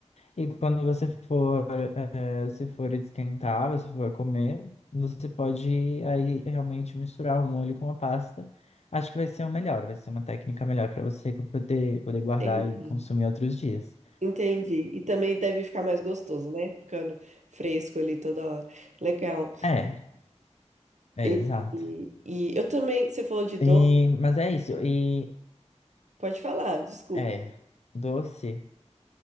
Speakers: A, on the left; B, on the right.
A: E quando você for, eh, se for esquentar, você for comer, você pode aí realmente misturar o molho com a pasta. Acho que vai ser o melhor, vai ser uma técnica melhor para você poder, poder guardar
B: Entendi.
A: e consumir outros dias.
B: Entendi. E também deve ficar mais gostoso, né? Ficando fresco ali toda hora. Legal.
A: É, é
B: E,
A: exato.
B: e e eu também, você falou de doce,
A: E, mas é isso. E
B: pode falar, desculpa.
A: é doce.